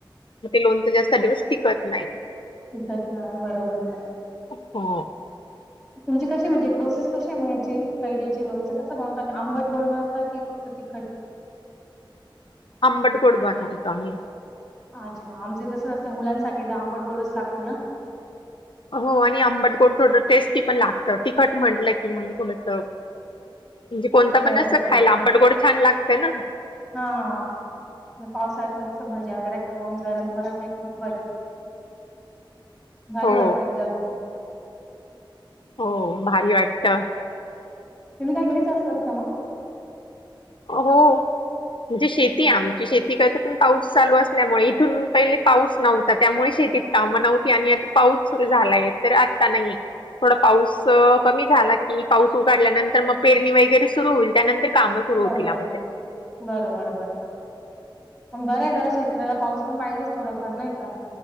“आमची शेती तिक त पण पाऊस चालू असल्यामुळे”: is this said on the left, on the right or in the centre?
Left